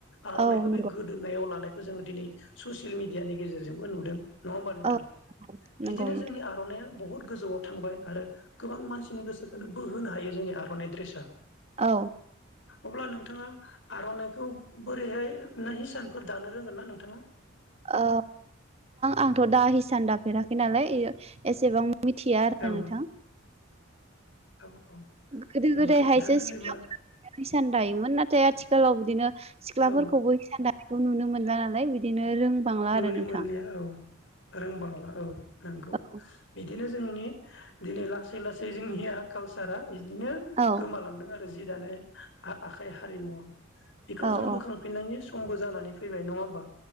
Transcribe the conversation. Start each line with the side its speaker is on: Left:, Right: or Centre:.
Left: आर'नाखौ
Right: औ नंगौ
Left: बे गोदोननायाव लानायखौ जोङो दिनै ससियेल मिडियानि गेजेरजोंबो नुदों । नङा होमबा नोंथां
Right: औ
Left: बिदिनो
Right: नंगौ नोंथां
Left: जोंनि आर'नाइया बहुत गोजौआव थांबाय आरो गोबां मानसिनि गोसोखौनो बोहोनो हायो जोंनि आर'नाइ ड्रेसा
Right: औ
Left: अब्ला नोंथाङा आर'नाइखौ बोरैहाय नों हिसानफोर दानो रोंगोन ना नोंथांङा?
Right: औ आंथ' दा हिसान दाफेराखै नालाय एसेबां मिथिया आरो
Left: औ
Right: नोंथां
Left: औ औ
Right: गोदो
Left: नंगौ
Right: गोदायहायसो
Left: दानो होनोबा
Right: सिख्लाफोराैसान दायोमोन नाथाय आथिखालाव बिदिनो सिख्लाफोरखौबो
Left: औ
Right: हिसान दानायखौ नुनो मोनला नालाय बिदिनो रोंबांला
Left: नुनो
Right: आरो नोंथां
Left: मोनलिया औ रोंबांला औ नंगौ
Right: औ
Left: बिदिनो जोंनि दिनै लासै लासै जोंनिया कालसारा बिदिनो
Right: औ
Left: गोमालांदों आरो जि दानाय आखाइ हारिमुवा । बेखौ
Right: औ
Left: जों बोखांफिननायनि
Right: औ
Left: समबो जानानै फैबाय नंङा होमबा